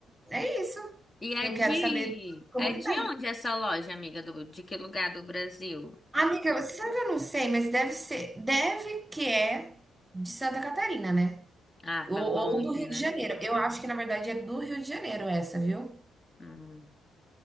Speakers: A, on the right; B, on the left.
A: é isso.
B: E
A: Eu
B: é de,
A: quero saber como
B: é
A: que
B: de
A: tá.
B: onde essa loja, amiga? Do, de que lugar do Brasil?
A: Amiga, você sabe que eu não sei, mas deve ser, deve que é de Santa Catarina, né?
B: Ah,
A: Ou,
B: tá longe,
A: ou do Rio
B: né?
A: de Janeiro. Eu acho que, na verdade, é do Rio de Janeiro essa, viu?
B: Hum,